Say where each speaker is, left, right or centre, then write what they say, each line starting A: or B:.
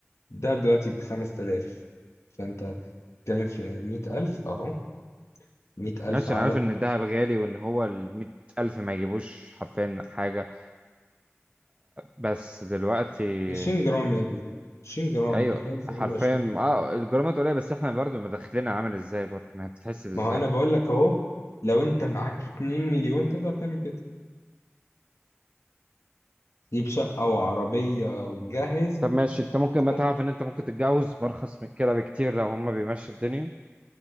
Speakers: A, on the left; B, on the right.
A: ده دلوقتي بخمس تلاف فأنت بتتكلم في مية ألف أهو مية ألف
B: ماشي
A: على
B: انا عارف ان الذهب غالي وان هو ال 100000 ما يجيبوش حرفيا حاجة بس دلوقتي
A: عشرين جرام يا ابني عشرين جرام
B: ايوه
A: مية ألف
B: حرفيا
A: دول عشرين جرام
B: اه الجرامات قليلة بس احنا برضو مدخلنا عامل ازاي برضو ما بتتحسب ازاي
A: ما هو أنا بقول لك أهو لو أنت معاك اتنين مليون تقدر تعمل كده جيب شقة وعربية وتجهز
B: طب ماشي انت
A: وتجهز.
B: ممكن بقى تعرف ان انت ممكن تتجوز بارخص من كده بكتير لو هما بيمشوا الدنيا